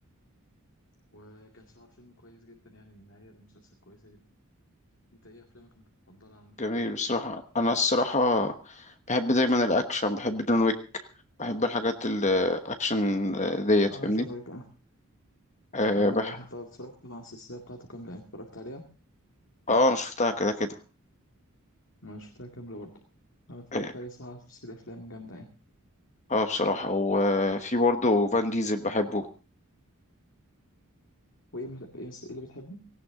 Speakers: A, on the left (about 60°); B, on the left (about 35°).
A: وكان صراحة فيلم كويس جدا يعني النهاية المسلسل كويسة جدا أنت إيه أفلامك المفضلة عامة؟
B: جميل بصراحة انا الصراحة بحب دايما الاكشن بحب جون ويك بحب الحاجات الاكشن آه، ديت
A: اه
B: فاهمني
A: جون ويك اه
B: اه
A: نعم
B: بح...
A: انا بحبها اتفرجت طبعا السلسله بتاعته كامله يعني اتفرجت عليها
B: اه انا شفتها كده كده
A: انا شفتها كامله برضه انا اتفرجت
B: اه
A: عليها صراحه في سلسله افلام جامده يعني
B: آه، بصراحة وفي برضه فان ديزل بحبه
A: وايه مس- ايه س- إيه اللي بتحبه